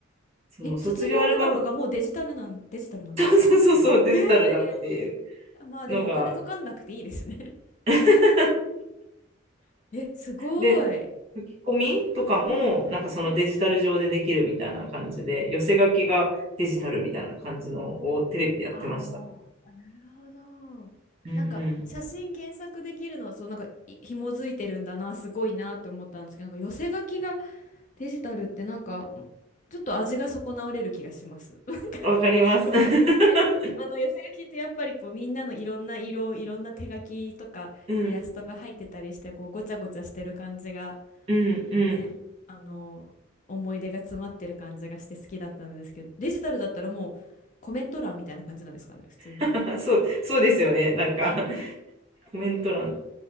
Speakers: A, on the right (about 30°); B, on the left (about 40°).
A: その卒業アルバム、
B: え、卒業アルバムがもうデジタルなん、デジタルなんですか
A: <laughs> そうそうそうそうデジタルだっていう
B: ええーまあでもお金かかんなくていいですね
A: のが <laughs>
B: <laughs> え、すごい。
A: で、書き込みとかもなんかそのデジタル上でできるみたいな感じで、
B: うん。うん。
A: 寄せ書きがデジタルみたいな感じのをテレビでやってました。
B: ああ、なるほど。
A: うんう
B: なんか写真検索できるの、
A: ん
B: そう、なんかい紐づいてるんだな、すごいなって思ったんですけど、なんか寄せ書きがデジタルってなんかちょっと味が損なわれる気がします。<laughs> なんか
A: わかります。
B: 個人的にね、
A: <laughs>
B: あの寄せ書きってやっぱりこうみんなのいろんな色、いろんな手書きとかイラストが入ってたりしてこうごちゃごちゃしてる感じが
A: うん、うん、うん。
B: ね、あの、思い出が詰まってる感じがして好きだったんですけど、デジタルだったらもうコメント欄みたいな感じなんですかね、普通に。
A: <laughs> そう、そうですよね。なんか、
B: うん。
A: <laughs> コメント欄。